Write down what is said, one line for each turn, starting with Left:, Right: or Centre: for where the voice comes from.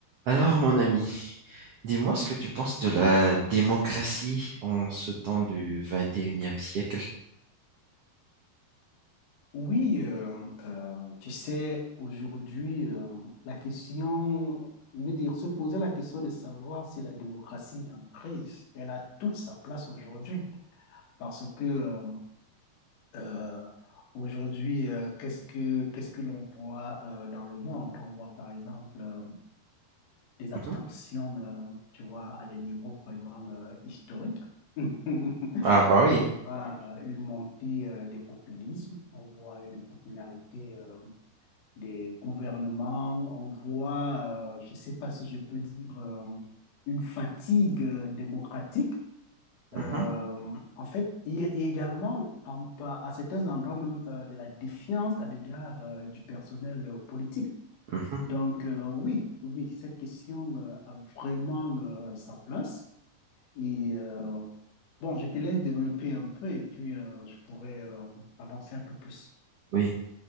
Right: Alors, mon ami, dis-moi ce que tu penses de la démocratie en ce temps du 21e siècle.
Left: Oui, euh, euh, tu sais, aujourd'hui, euh, la question, je veux dire, se poser la question de savoir si la démocratie est en crise, elle a toute sa place aujourd'hui. Parce que euh, euh, aujourd'hui, euh, qu'est-ce que, qu'est-ce que l'on voit euh, dans le monde? On voit par exemple euh, des abstractions,
Right: Mhm.
Left: euh, tu vois, à des niveaux vraiment euh, historiques. <laughs> On
Right: Ah bah oui.
Left: voit euh, une montée euh, des populismes, on voit une popularité euh, des gouvernements, on voit, euh, je ne sais pas si je peux dire, euh, une fatigue euh, démocratique.
Right: Mhm,
Left: Euh, en fait, il y a également par- par- à certains endroits même euh, de la défiance à l'égard euh, du personnel euh, politique.
Right: mhm,
Left: Donc euh, oui, oui, cette question euh, a vraiment euh, sa place. Et euh, bon, je te laisse développer un peu et puis euh, je pourrais euh, avancer un peu plus.
Right: Oui.